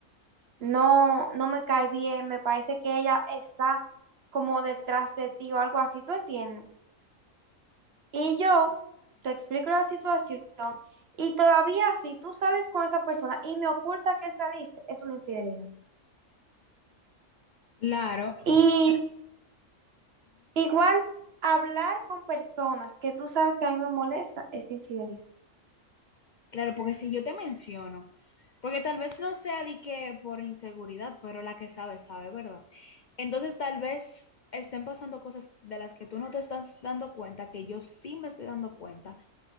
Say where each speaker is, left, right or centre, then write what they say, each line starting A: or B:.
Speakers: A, on the right; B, on the left.
A: no, no me cae bien, me parece que ella está como detrás de ti o algo así, ¿tú entiendes? Y yo te explico la situación y todavía si tú sales con esa persona y me oculta que saliste, es una infidelidad.
B: Claro,
A: Y igual hablar con personas que tú sabes que a mí me molesta es infidelidad.
B: Claro, porque si yo te menciono, porque tal vez no sea de que por inseguridad, pero la que sabe, sabe, ¿verdad? Entonces tal vez estén pasando cosas de las que tú no te estás dando cuenta, que yo sí me estoy dando cuenta.